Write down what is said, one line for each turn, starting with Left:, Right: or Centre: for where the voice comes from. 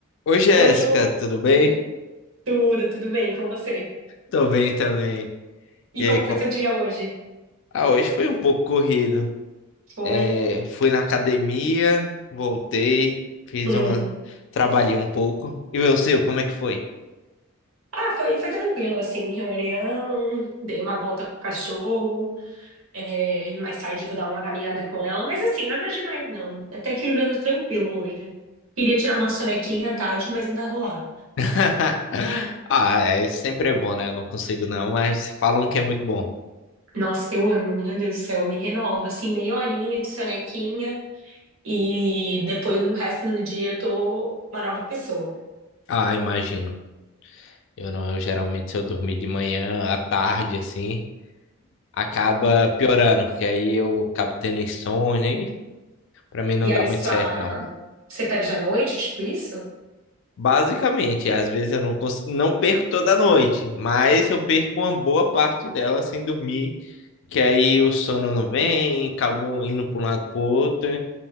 Left: Oi, Jéssica,
Right: Oi, Ju.
Left: tudo bem?
Right: Tudo, tudo bem com você?
Left: Tô bem também. E
Right: E como
Left: aí,
Right: foi
Left: com...
Right: seu dia hoje?
Left: Ah, hoje foi um pouco corrido.
Right: Foi?
Left: É, fui na academia, voltei, fiz
Right: Hum.
Left: uma... Trabalhei um pouco. E o seu, como é que foi?
Right: Ah, foi, foi tranquilo, assim, reunião, dei uma volta com o cachorro, é, mais tarde eu vou dar uma caminhada com ela, mas assim, nada demais, não. Até que o dia tá tranquilo hoje. Queria tirar uma sonequinha à tarde, mas não vai rolar.
Left: <laughs> Ah, é, sempre é bom, né? Eu não consigo não, mas falam que é muito bom.
Right: Nossa, eu amo, meu Deus do céu, me renova, assim, meia horinha de sonequinha e depois o resto do dia eu tô uma nova pessoa.
Left: Ah, imagino. Eu não, eu geralmente se eu dormir de manhã, à tarde, assim, acaba piorando, porque aí eu acabo tendo insônia e pra mim não
Right: E
Left: dá
Right: aí,
Left: muito
Right: só...
Left: certo, não.
Right: você perde a noite, tipo isso?
Left: Basicamente, às vezes eu não cons- não perco toda noite, mas eu perco uma boa parte dela sem dormir, que aí o sono não vem, acabo indo para um lado para outro,